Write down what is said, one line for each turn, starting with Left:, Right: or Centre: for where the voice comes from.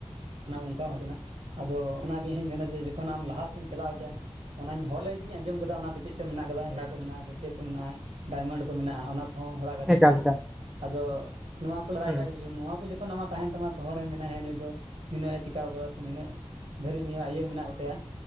Right: ᱱᱟᱢ ᱚᱱᱠᱟ ᱦᱚᱸ ᱠᱟᱱᱟ ᱟᱫᱚ ᱚᱱᱟᱜᱮ ᱤᱧ ᱢᱮᱱᱟ ᱡᱮ ᱡᱚᱠᱷᱚᱱ ᱟᱢ ᱞᱟᱦᱟ ᱥᱮᱫ ᱮᱢ ᱪᱟᱞᱟᱣᱮᱫᱟ ᱚᱱᱟᱧ ᱦᱚᱲ ᱞᱟᱹᱭ ᱛᱮᱜᱤᱧ ᱟᱸᱡᱚᱢ ᱠᱟᱫᱟ ᱚᱱᱟ ᱠᱚ ᱪᱮᱫ ᱪᱚ ᱢᱮᱱᱟᱜ ᱠᱟᱫᱟ ᱦᱮᱨᱟ ᱠᱚ ᱢᱮᱱᱟᱜᱼᱟ ᱥᱮ ᱪᱮᱫ ᱠᱚ ᱢᱮᱱᱟᱜᱼᱟ ᱰᱟᱭᱢᱚᱱᱰ ᱢᱮᱱᱟᱜᱼᱟ ᱚᱱᱟ ᱠᱚᱦᱚᱸ ᱦᱚᱲᱟᱜ ᱠᱟᱛᱷᱟ
Centre: ᱮᱠᱟᱞ
Right: ᱛᱮᱜᱮ
Centre: ᱮᱠᱟᱞ
Right: ᱟᱫᱚ ᱱᱚᱣᱟ ᱠᱚ ᱵᱟᱲᱟᱭ
Centre: ᱦᱩᱸ
Right: ᱠᱟᱜᱼᱟ ᱱᱚᱣᱟ ᱠᱚ ᱛᱚᱠᱷᱚᱱ ᱟᱢᱟᱜ ᱛᱟᱦᱮᱱ ᱛᱟᱢᱟ ᱛᱚ ᱦᱚᱲᱮ ᱢᱮᱱᱟ ᱦᱮᱸ ᱱᱩᱭ ᱫᱚ ᱱᱤᱱᱟᱹᱜ ᱮ ᱪᱤᱠᱟᱹ ᱠᱟᱫᱟ ᱥᱮ ᱱᱤᱱᱟᱹᱜ ᱫᱷᱟᱹᱨᱤᱡ ᱱᱤᱭᱟ ᱤᱭᱟᱹ ᱢᱮᱱᱟᱜ ᱛᱟᱭᱟ